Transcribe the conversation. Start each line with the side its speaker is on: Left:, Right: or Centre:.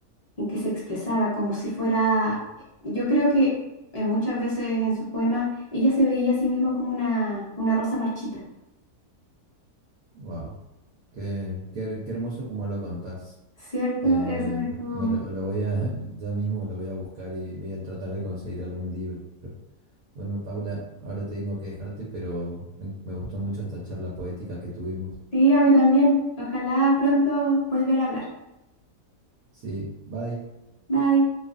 Left: en que se expresaba, como si fuera, yo creo que eh, muchas veces en sus poemas ella se veía a sí misma como una, una rosa marchita,
Right: Wow, qué, qué, qué hermoso como lo contás.
Left: ¿cierto?
Right: Eh,
Left: Eso es como,
Right: me lo, lo voy a, <laughs> ya mismo lo voy a buscar y voy a tratar de conseguir algún libro. Bueno, Paula, ahora tengo que dejarte, pero me me gustó mucho esta charla poética que tuvimos.
Left: sí, a mí también. Ojalá pronto volver a hablar.
Right: Sí, bye.
Left: Bye.